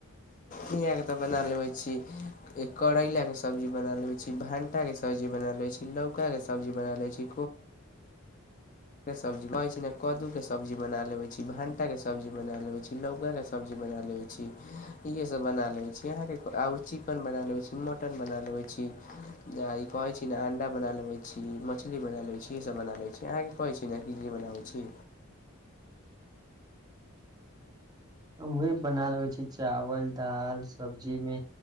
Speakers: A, on the left; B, on the right.
A: हियाके तऽ बना लेबै छी एक
B: करैला
A: करैलाके
B: के
A: सब्जी बना लेबै छी भणटाके
B: भंटा के
A: सब्जी बना लेबै छी लौकाके
B: लौका के
A: सब्जी बना लेबै छी
B: <inaudible>
A: आ <inaudible> के सब्जी
B: हमहुँ
A: कहै छी न कदू के सब्जी बना लेबै छी भंटा के सब्जी बना लेबै छी लौका के सब्जी बना इेहे सब बना लेबै छी अहाँ बना लेबै छी मटन बना लेबै छी कहे छी ने अंडा बना लेबै छी मछली बना बना लेबै अहाँके कहै छी ने की की बनाबै छी
B: हम भी बना लेबै छी चावल दाल सब्जीमे